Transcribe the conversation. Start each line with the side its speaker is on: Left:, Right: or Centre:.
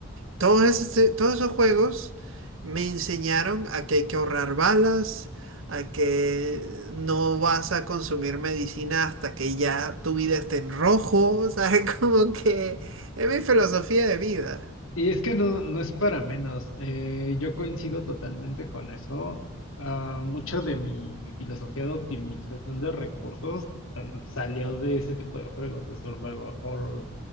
Right: Todos esos, todos esos juegos me enseñaron a que hay que ahorrar balas, a que no vas a consumir medicina hasta que ya tu vida esté en rojo, ¿sabes? <laughs> Como que es mi filosofía de vida.
Left: Y es que no, no es para menos. eh, yo coincido totalmente con eso. Ah, mucho de mi filosofía de optimización de recursos tam- salió de ese tipo de juegos, de survival horrors.